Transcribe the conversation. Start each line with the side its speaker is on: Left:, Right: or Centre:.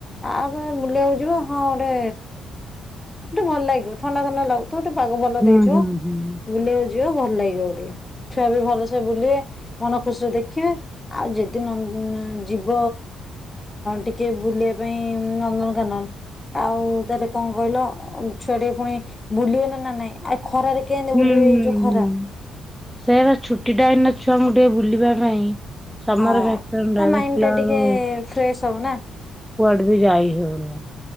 Left: ତାପରେ ବୁଲକୁ ଯିବ ହଁ ଗୋଟେ ଗଟେ ଭଲ ଲାଗିବ ଥଣ୍ଡା ଥଣ୍ଡା ଲାଗୁ। ଗୋଟେ ପାଗ ଭଲ
Centre: ହୁଁ
Left: ଦେଇଥିବ।
Centre: ହୁଁ ହୁଁ।
Left: ବୁଲିବାକୁ ଯିବ ଭଲ ଲାଗିବ ଗୋଟେ ଛୁଆ ବି ଭଲସେ ବୁଲେ। ମନ ଖୁସିରେ ଦେଖିବେ। ଆଉ ଯଦି ଯିବ ଟିକେ ବୁଲିବା ପାଇଁ ନନ୍ଦନକାନନ ଆଉ ତାହେଲେ କଣ କହିଲ ଛୁଆ ଟିକେ ପୁଣି ବୁଲିବେ ନା ନା ନାଇଁ ଆ ଖରାରେ। କେମିତି
Centre: ହୁଁ
Left: ବୁଲିବେ
Centre: ହୁଁ
Left: ଏଇ ଯୋଉ
Centre: ହୁଁ
Left: ଖରା
Centre: ସେଇ ଛୁଟିଟା ଏଇନା ଛୁଆଙ୍କୁ। ଗୋଟେ ବୁଲିବା ପାଇଁ ସମର
Left: ହଁ
Centre: ଭ୍ୟାକେସନ
Left: ମାଇଣ୍ଡ
Centre: ଦେଖିଲା
Left: ଟା
Centre: ବେଳୁ
Left: ଟିକେ ଫ୍ରେଶ ହବ ନା
Centre: କୁଆଡେ ବି ଯାଇ ହେଉନି